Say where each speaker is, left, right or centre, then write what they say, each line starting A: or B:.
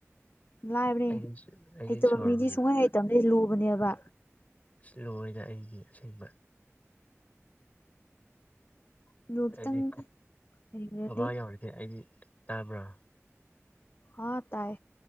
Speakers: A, on the left (about 45°); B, on the left (about 30°).
A: ꯂꯥꯏꯕꯅꯦ
B: ꯑꯩꯗꯤ ꯑꯩꯗꯤ
A: ꯍꯩꯇꯕ
B: ꯁꯣꯔ
A: ꯃꯤꯗꯤ ꯁꯨꯡꯍꯩ ꯍꯩꯇꯕꯗꯤ ꯂꯨꯕꯅꯦꯕ
B: ꯑ ꯂꯣꯏꯗ ꯑꯩꯅꯤ ꯑꯁꯦꯡꯕ
A: ꯑꯗꯨ ꯈꯤꯇꯪ
B: ꯑꯩꯗꯤ
A: ꯍꯩꯈ꯭ꯔꯗꯤ
B: ꯈꯕꯥ ꯌꯥꯎꯔꯤꯗꯤꯦ ꯑꯩꯗꯤ ꯇꯥꯕ꯭ꯔꯥ
A: ꯍꯥꯥ ꯇꯥꯏ